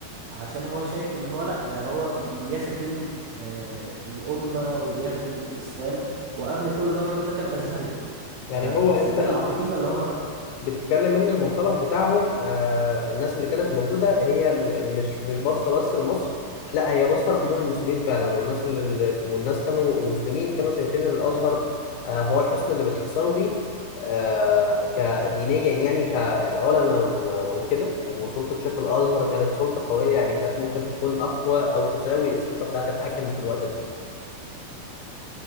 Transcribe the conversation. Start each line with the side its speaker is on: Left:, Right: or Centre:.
Right: عشان هو شايف ان هو لا ده هو بي بيخدم آه الأمة وبيخدم الإسلام وقبل كل ده الراجل ده كان أزهري ف
Left: يعني هو انت
Right: فدي
Left: ال-
Right: العقيدة
Left: بت-
Right: اللي هم
Left: بتتكلم ان المنطلق بتاعهم آه الناس اللي كانت موجودة هي ال- مش مش باصة بس لمصر لا هي باصة لعموم المسلمين فعلا والناس اللي والناس كانوا المسلمين كانوا شايفين إن الازهر آه هو الحصن اللي بيتحصنوا بيه آه كدينيا يعني كالعلماء و- وكده وسلطة شيخ الازهر كانت سلطة قوية يعني كانت ممكن تكون اقوى او تساوي السلطة بتاعت الحاكم في الوقت ده